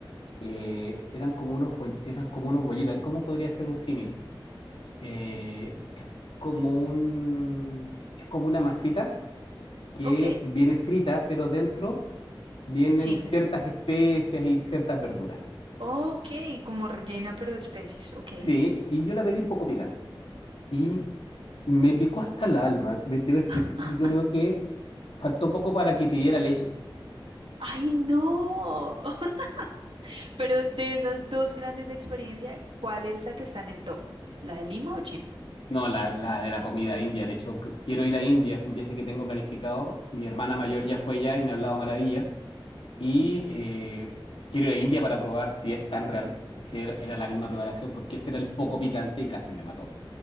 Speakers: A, on the left; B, on the right.
A: eh, eran como unos, boll- eran como unos bollitos. ¿Cómo podría ser un símil? Eh, como un, es como una masita que
B: ¿Ok?
A: viene frita, pero dentro vienen
B: Sí.
A: ciertas especias y ciertas verduras.
B: Ok, como rellena pero de especies, ¿ok?
A: Sí, y yo la pedí poco picante. Y me picó hasta el alma. Ve- de
B: <laughs>
A: ver- Yo, yo creo que faltó poco para que pidiera leche.
B: ¡Ay, no! <laughs> Pero de esas dos grandes experiencias, ¿cuál es la que está en el top? ¿La de Lima o Chile?
A: No, la, la de la comida india. De hecho, qu- quiero ir a India. Es un viaje que tengo planificado. Mi hermana mayor
B: Sí,
A: ya fue ya y me ha hablado maravillas. Y eh, quiero ir a India para probar si es tan real, si era era la misma preparación, porque ese era el poco picante y casi me mató.